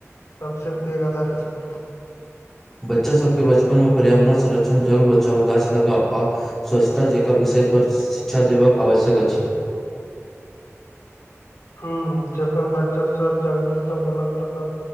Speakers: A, on the left; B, in the centre.
A: सबसे पैघ आधार अछि
B: बच्चा सभके बचपन मे पर्यावरण संरक्षण जल बच चाउ गाछ लगाउ आ स्वच्छता जेका विषयपर शिक्षा देबाक आवश्यक अछि
A: हँ जखन बच्चा सब जागरूकता बनत तखन